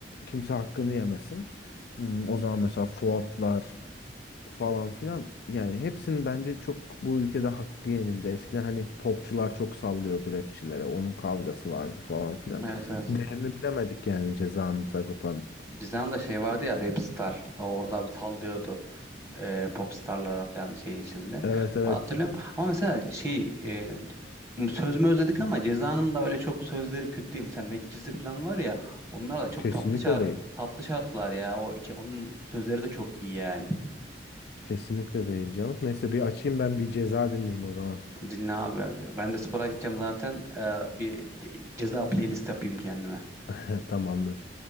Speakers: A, on the left (about 60°); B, on the right (about 15°).
A: kimse hakkını yemesin. Hmm, O zaman mesela Fuatlar falan filan. Yani hepsinin bence çok bu ülkede hakkı yenildi. Eskiden hani popçular çok sallıyordu rapçilere. Onun kavgası vardı falan filan.
B: Evet evet.
A: Değerini bilemedik yani Ceza'nın, Sagopa'nın.
B: Cizan'da şey vardı ya Rap Star. O Orada bir sallıyordu. e, popstarlara falan şeyin içinde.
A: Evet evet.
B: Onu hatırlıyorum. Ama mesela şey e, söz mü özledik ama Ceza'nın da öyle çok sözleri kötü değil. Mesela Medcezir falan var ya onlar da çok
A: Kesinlikle
B: tatlı şar-
A: değil.
B: tatlı şarkılar ya. O iki, onun sözleri de çok iyi yani.
A: Kesinlikle değil canım. Neyse bir açayım ben bir Ceza dinleyeyim o zaman.
B: Dinle abi. Ben de spora gideceğim zaten. E, bir ce- ceza playlist yapayım kendime.
A: <laughs> Tamamdır.